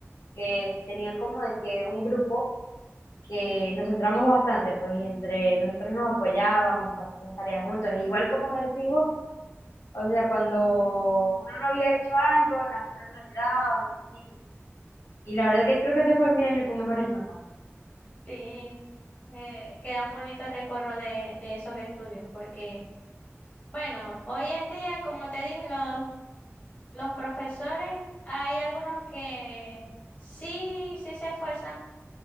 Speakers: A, on the left; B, on the left.
A: que sí tenía como de que un grupo que nos centramos bastante, pues, y entre nosotros nos apoyábamos para hacer las tareas juntos. E igual como decís vos, o sea, cuando uno no había hecho algo, las otras lo ayudaban y así. Y la verdad que creo que ese fue mi año con mejores notas,
B: Sí, eh, quedan bonitos recuerdos de, de esos estudios, porque, bueno, hoy en día, como te dije, los, los profesores, hay algunos que sí, sí se esfuerzan,